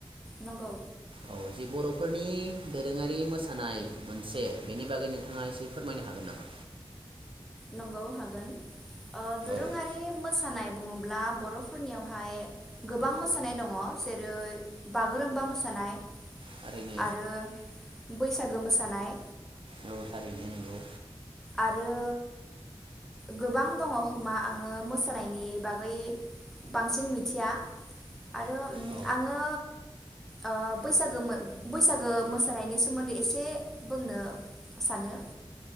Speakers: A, in the centre; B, on the right.
A: नंगौ
B: औ जि बर' फोरनि दोरोङारि मोसानाय मोनसे बेनि बागै नोंथाङा एसे फोरमायनो हागोन नामा?
A: नंगौ हागोन‌। ओ दोरोङारि
B: औ
A: मोसानाय बुङोब्ला बरफोरनियावहाय गोबां मोसानाय दङ जेरै बागुरुम्बा मोसानाय
B: थारैनो
A: आरो बैसागो मोसानाय
B: औ थारैनो नंगौ
A: आरो गोबां दङ खोमा आङो मोसानायनि बागै बांसिन मिथिया आरो उम
B: औ
A: आङो ओ बैसागो मो बैसागो मोसानायनि सोमोन्दै एसे बुंनो सानो।